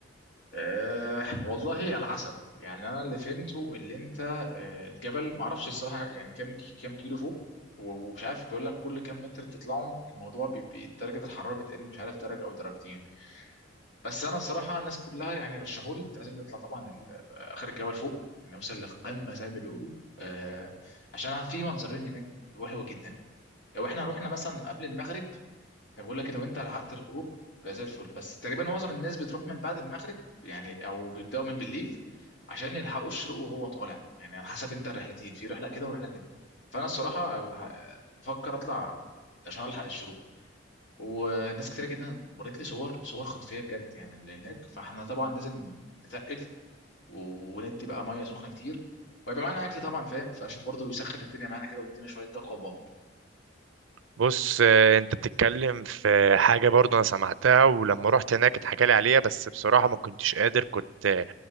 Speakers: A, on the left; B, on the right.
A: أه والله على حسب يعني انا اللي فهمته اللي انت أه الجبل معرفش الصراحه يعني كام كام كيلو فوق ومش عارف بيقول لك كل كام متر تطلعهم الموضوع بيبقى درجه الحراره بتقل مش عارف درجه او درجتين بس انا الصراحه الناس كلها يعني رشحوا لي انت لازم نطلع طبعا ال- اخر الجبل فوق نوصل للقمه زي ما بيقولوا أه عشان في منظرين هناك حلوه جدا لو احنا رحنا مثلا قبل المغرب بقول لك لو انت لحقت الغروب بقى زي الفل بس تقريبا معظم الناس بتروح من بعد المغرب يعني او بيبداوا من بالليل عشان يلحقوا الشروق وهو طالع يعني على حسب انت الرحلتين في رحله كده ورحله كده فانا الصراحه ه- بفكر اطلع عشان الحق الشروق وناس كتير جدا وريت لي صور صور خرافيه بجد يعني اللي هناك فاحنا طبعا لازم نتقل و- وندي بقى ميه سخنه كتير ويبقى معانا اكل طبعا فاهم فعشان برضه يسخن الدنيا معانا كده ويدينا شويه طاقه وباور
B: بص آه، انت بتتكلم في حاجة برضو انا سمعتها ولما رحت هناك اتحكى لي عليها بس بصراحة ما كنتش قادر كنت